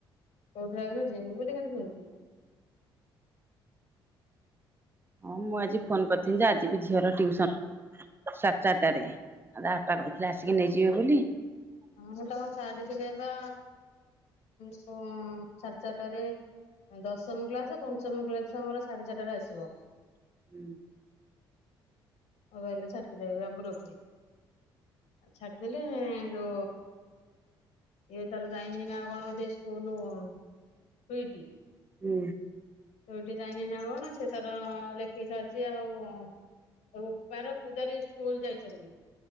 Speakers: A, on the left (about 60°); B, on the right (about 20°).
A: କହୁଥିଲା ଯିମି ବୋଲି ଖାଲି ଶୁଣିୁଥିଲୁ।
B: ହଁ ମୁଁ ଆଜି ଫୋନ କରିଥିଲି ଯେ ଆଜି ବିି ଝିଅର ଟ୍ୟୁସନ ସାଢ଼େ ଚାରଟାରେ। ଆଉ ତା ବାପା କହିଥିଲେ ଆସିକି ନେଇଯିବେ ବୋଲି
A: ହଁ ମୁଁ ତାଙ୍କ ଛାଡ଼ି ଥିଲି ତ ଯୋଉ ସାଢ଼େ ଚାରିଟାରେ ଦଶମ କ୍ଲାସ, ପଞ୍ଚମ କ୍ଲାସ ଛୁଆ ଆମର ସାଢ଼େ ଚାରିଟରେ ଆସିବ।
B: ହୁଁ।
A: <unintelligible> ଆ ଛାଡି ଦେଲେ ଯୋ ଇଏ ତାର ଯାଇନି ନା କଣ ବୋଧେ ସ୍କୁଲୁ ସୁଇଟି।
B: ହୁଁ।
A: ସୁଇଟି ଯାଇନି ନା କଣ, ସେ ତାର ଲେଖିକି ଛାଡ଼ିଛି ଆଉ ରୁପାର, ପୂଜା ରେ ସ୍କୁଲ ଯାଇଛନ୍ତି।